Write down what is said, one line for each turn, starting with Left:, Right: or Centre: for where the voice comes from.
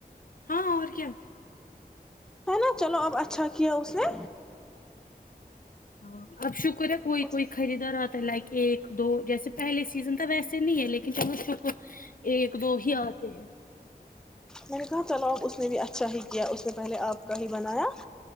Left: ہاں اور کیا
Centre: ہے نا چلو اب اچھا کیا اس نے
Left: ہاں اب شکر <inaudible> کوا کوئی
Centre: میں
Left: کوئی خریداراتے لائ کے ایک دو جیسے پہلے سیزن تو ویسے نہیں ہے لیکن جب اس <inaudible> ایک دو ہی آتے ہیں
Centre: میں نے کہا چلو آپ اس نے بھی اچھا ہی کیا اس نے پہلے آپ کا ہی بنایا